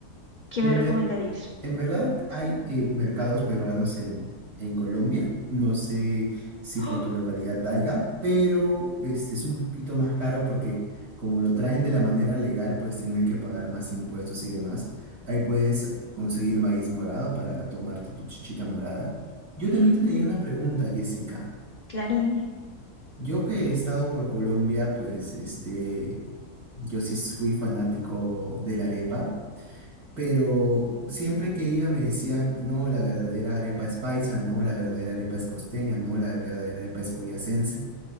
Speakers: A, on the left (about 50°); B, on the right (about 65°).
A: ¿qué
B: En
A: me recomendarías?
B: ver, en verdad hay eh, mercados peruanos en, en Colombia. No sé si por
A: Oh,
B: tu localidad haya, pero este es un poquito más caro porque como lo traen de la manera legal, pues tienen que pagar más impuestos y demás. Ahí puedes conseguir maíz morado para tomarte tu chichita morada. Yo
A: bien,
B: también te tenía una pregunta, Jessica.
A: claro, dime.
B: Yo que he estado por Colombia, pues este, yo sí fui fanático de la arepa. Pero siempre que iba me decían, no, la verdadera arepa es paisa, no, la verdadera arepa es costeña, no, la verdadera arepa es boyacense.